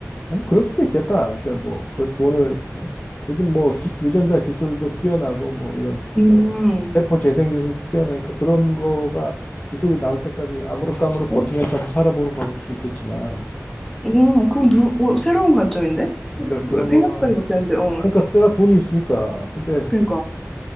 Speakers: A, on the left; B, in the centre.
A: 아니, 그럴 수도 있겠다. 그러니까 뭐, 그 돈을, 응? 요즘 뭐, 기- 유전자 기술도 뛰어나고, 뭐, 이런,
B: 음,
A: 저, 세포 재생 기술도 뛰어나니까 그런 거가 기술이 나올 때까지 아그로깡으로 버티면서
B: 어,
A: 한번 살아보는 방법도 있겠지만,
B: 음, 그거 누, 어, 새로운 관점인데?
A: 그러니까
B: 어,
A: 그런
B: 생각까지
A: 거는,
B: 못했는데, 어,
A: 아니, 그러니까 내가 돈이 있으니까. 근데
B: 그러니까,